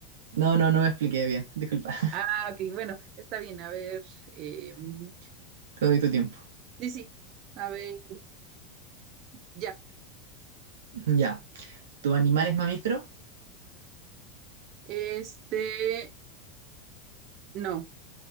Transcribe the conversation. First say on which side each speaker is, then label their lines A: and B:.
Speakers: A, on the right; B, on the right.
A: No, no, no me expliqué bien. Disculpa. <laughs>
B: Ah, ok, bueno, está bien, a ver, eh, mm,
A: Te doy tu tiempo.
B: sí, sí, a ver, ya,
A: Ya. ¿Tu animal es mamífero?
B: este, no,